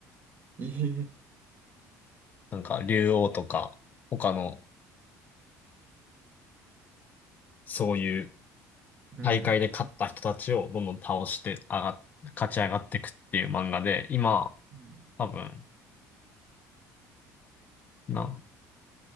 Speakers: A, on the right; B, on the left.
A: ええ
B: なんか竜王とか、他のそういう
A: うん、
B: 大会で勝った人たちをどんどん倒して上がっ、勝ち上がっていくっていう漫画で、今、
A: うん、
B: 多分、な